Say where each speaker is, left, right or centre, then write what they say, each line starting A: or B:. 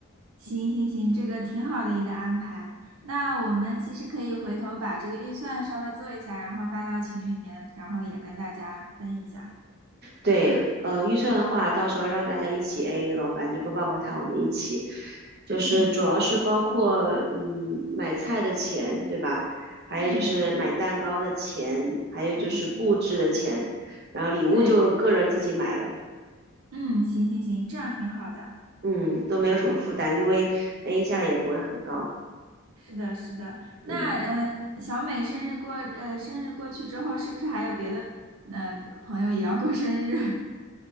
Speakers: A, on the right; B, on the right.
A: 行行行，这个挺好的一个安排。那我们其实可以回头把这个预算稍微做一下，然后发到群里面，然后也跟大家分一下。
B: 对，呃，预算的话，到时候让大家一起 AA 咯，反正就不包括他，
A: 嗯
B: 我们一起，就是主要是包括嗯买菜的钱，
A: 嗯
B: 对吧？还有就是买蛋糕的钱，
A: 嗯，
B: 还有就是布置的钱，
A: 嗯，
B: 然后礼物就个人自己买了，
A: 对，嗯，行行行，这样挺好的。
B: 嗯，都没有什么负担，因为 AA 下来也不会很高，
A: 是的，是的。那呃，
B: 嗯。
A: 小美生日过呃生日过去之后，是不是还有别的呃朋友也要过生日？